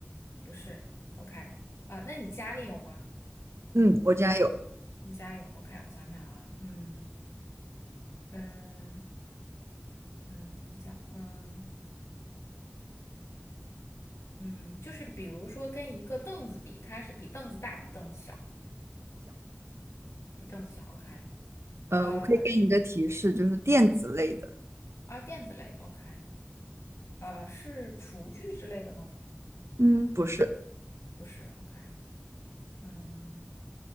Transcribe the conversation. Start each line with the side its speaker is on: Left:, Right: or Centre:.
Left: 不是，OK 啊，那你家里有吗？
Right: 嗯，我竟然有，
Left: 你家有，OK，我想想啊，嗯嗯嗯，呃怎么讲？嗯嗯，就是比如说跟一个凳子比，它是比凳子大，比凳子小，比凳子小，OK，
Right: 呃，
Left: 呃
Right: 我可以给你一个提示，就是电子类的，
Left: 啊，垫子类的，OK，呃，是厨具之类的吗？
Right: 嗯，不是。
Left: 不是，OK，嗯。